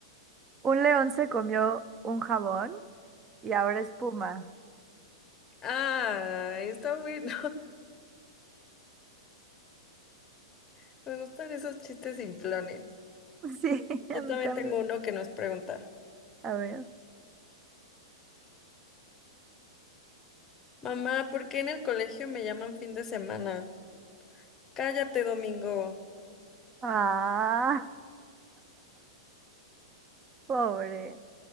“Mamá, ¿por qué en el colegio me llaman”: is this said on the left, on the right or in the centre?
Left